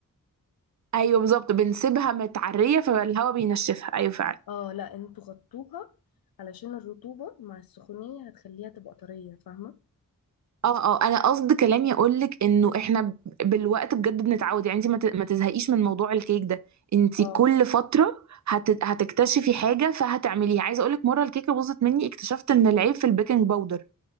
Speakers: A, on the right; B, on the left.
A: ايوه بالظبط بنسيبها متعرية فالهواء بينشفها ايوه فعلا
B: اه لا انتوا غطوها علشان الرطوبه مع السخونيه هتخليها تبقى طريه فاهمه
A: اه اه انا قصد كلامي اقول لك انه احنا ب- بالوقت بجد بنتعود يعني انت ما ت- ما تزهقيش من موضوع الكيك ده انت
B: اه
A: كل فتره هت... هتكتشفي حاجه فهتعمليها عايزه اقول لك مره الكيكه باظت مني اكتشفت ان العيب في البيكنج باودر